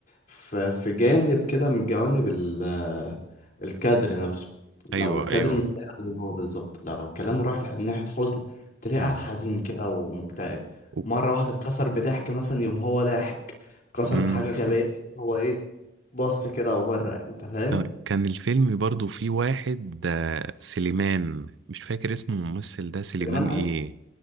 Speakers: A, on the left; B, on the right.
A: في, في جانب كده من جوانب ال- آه، الكادر نفسه لو
B: ايوه
A: الكادر
B: ايوه
A: مش لايق عليه هو بالظبط لو كلامه رايح ناحية حزن تلاقيه
B: مم.
A: قاعد حزين كده ومكتئب
B: و-
A: مرة واحدة اتكسر بضحك مثلا يوم هو ضاحك اتكسر
B: مم.
A: بحاجة غبية تلاقيه هو ايه بص كده وبره انت فاهم
B: كان كان الفيلم برضو فيه واحد آه، سليمان مش فاكر اسمه الممثل ده سليمان
A: سليمان عيد
B: ايه